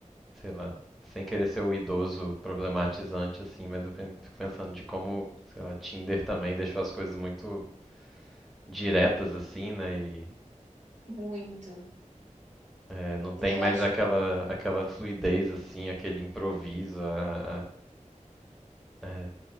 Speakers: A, in the centre; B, on the right (about 65°).
A: sei lá, sem querer ser o idoso problematizante, assim, mas eu pen- fico pensando de como, sei lá, Tinder também deixou as coisas muito diretas assim, né? E
B: muito.
A: é, não tem
B: Eu
A: mais
B: acho.
A: aquela aquela fluidez assim, aquele improviso, a, a- é,